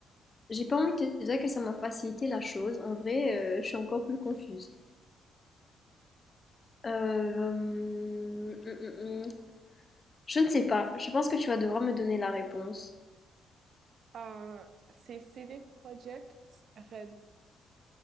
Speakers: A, on the left; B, on the right.
A: J'ai pas envie de te dire que ça m'a facilité la chose. En vrai, euh, je suis encore plus confuse. Euh, hum, hum, hum. hum. Je ne sais pas. Je pense que tu vas devoir me donner la réponse.
B: Euh, c'est CD Project Red.